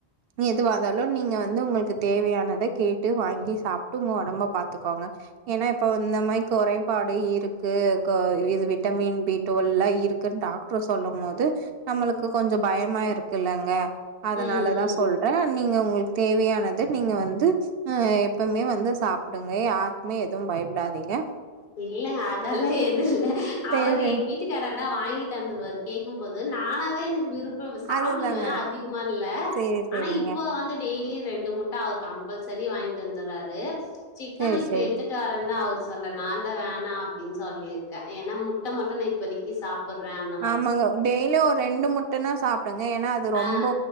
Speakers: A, on the right; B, on the left.
A: எதுவா இருந்தாலு நீங்க வந்து உங்களுக்கு தேவையானதை கேட்டு வாங்கி சாப்டு உங்க ஒடம்ப பாத்துக்கோங்க ஏன்னா இப்ப இந்த மாதிரி குறைபாடு இருக்கு கோ இது விட்டமின் பி டுவல்லா இருக் க்கு டாக்டர் சொல்லு போது நமக்கு கொஞ்சொ பயமா இருக்கில்லங்க அதனாலதா
B: ம், ம்.
A: சொல்றே நீங்க உங்களுக்கு தேவையானத நீங்க வந்து அ எப்பவுமே வந்து சாப்பிடுங்க யாருக்குமே எதுவு பயப்படாதீங்க
B: இல்லங்க அதெல்லா எதுவ் இல்ல
A: சரி
B: அவர்
A: சரி
B: எங் வீட்டுக் காரெல்லா வாங்கி தந்துருவாரு கேக்கும்போது நானா தா எனக்கு விருப் இப்போது சாப்டுவே
A: அதுதாங்க
B: அதிகமா இல்ல
A: சரி சரிங்க
B: ஆனா இப்ப வந்து டெய்லியூ ரெண்டு முட் ட அவர் கம்பல்சரி வாங்கிட்டு வந்துறாரு சிக்கன்
A: சரி
B: இப்ப
A: சரி.
B: எடுத்துட்டு வரந்தா அவர் சொல்றாரு நா தா வேணா அப்டின் சொல்லியிருக்கே ஏன்னா முட்ட மட்டு நா இப்பதிக் கி சாப்பட்றேன்னா
A: ஆமாங்க டெய்லியூ ஒரு ரெண்டு முட்டனா சாப்பிடுங்க ஏன்னா அது ரொம்பே
B: ஆ.